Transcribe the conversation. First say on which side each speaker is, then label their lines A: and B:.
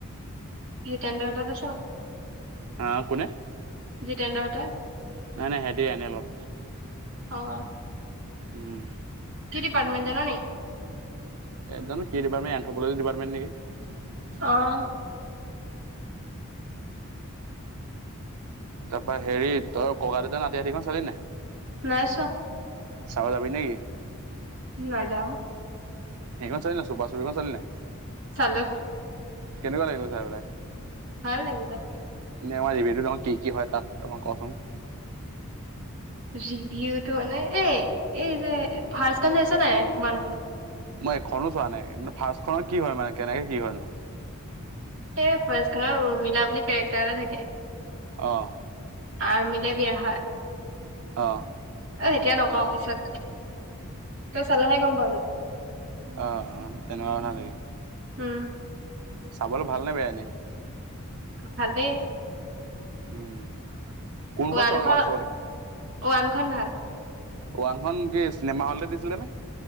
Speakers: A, on the right; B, on the right.
A: জিতেন্দ্ৰ হেঁতে লৈছে নি?
B: আঁ কোনে?
A: জিতেন্দ্ৰ হেঁতে?
B: নাই, নাই, সিহঁতি এনেই লগ।
A: অ'
B: উম
A: কি ডিপাৰ্মেট জাননি?
B: জানো কি ডিপাৰটেণ্ট এনথ্ৰপলজি ডিপাৰ্টমেন্ট নেকি।
A: অ'!
B: তাৰপা হেৰি, তই ককা-দেউতা, নাতি হাতীখন চালি নাই?
A: নাই চোৱা।
B: চাব যাবি নেকি?
A: নাযাওঁ।
B: সেইখন চালি নাই চুপাচুপিখন চালি নাই?
A: চালো।
B: কেনেকুৱা লাগিলনো চাই পেলায়?
A: ভাল লাগিলে।
B: এনে আমাৰ ৰিভিউটোত কি-কি হয় তাত অলপমান কচোন।
A: ৰিভিউটো মানে এই-এই যে ফাৰ্ষ্ট খন চাইছ নাই ওৱানটো?
B: মই এখনো চোৱা নাই মানে ফাৰ্ষ্টখনত কি হয় মানে কেনেকে কি হয়নো?
A: এই ফাৰ্ষ্ট খনত উৰ্মিলা বুলি কেৰেক্টাৰ এটা থাকে
B: অ'
A: আৰ্মিলে বিয়া হয়।
B: অ'
A: অ' এতিয়া নকওঁ পিছত তই চালাহে গম পাবি।
B: অ'-অ' তেনেকুৱা কথা নেকি?
A: উম
B: চাবলৈ ভাল নে বেয়া এনে?
A: ভালেই।
B: উম। কোনখন
A: ওৱানখন-ওৱানখন
B: চাবলৈ ভাল চবত
A: ভাল।
B: ওৱানখন কি চিনেমা হলতে দিছিলেনে?